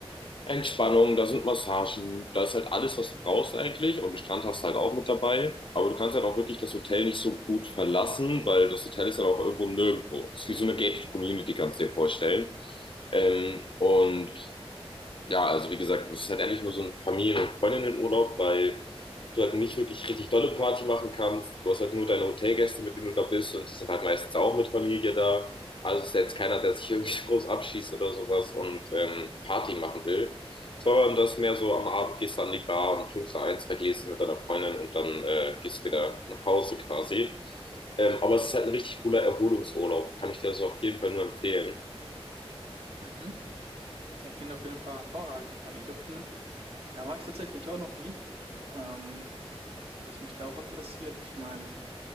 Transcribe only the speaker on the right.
mhm. Ja, klingt auf jeden Fall hervorragend. Ich meine, Ägypten, da war ich tatsächlich auch noch nie. Ähm, was mich da auch interessiert, ich meine,